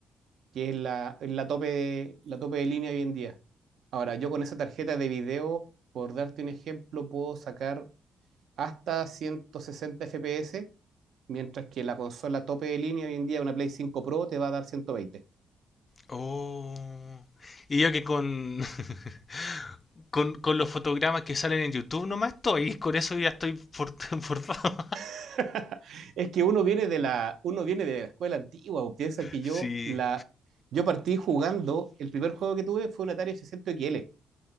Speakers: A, on the right; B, on the left.
A: que es la, es la tope de, la tope de línea hoy en día. Ahora, yo con esa tarjeta de video, por darte un ejemplo, puedo sacar hasta 160 FPS, mientras que la consola tope de línea hoy en día, una Play 5 Pro, te va a dar 120.
B: Oh. Y yo que con, <laughs> con, con los fotogramas que salen en YouTube nomás estoy, con eso ya estoy for- <laughs> forzado.
A: <laughs> Es que uno viene de la, uno viene de la escuela antigua, o piensa que
B: Sí,
A: yo, la, yo partí jugando, el primer juego que tuve fue un Atari 800 XL.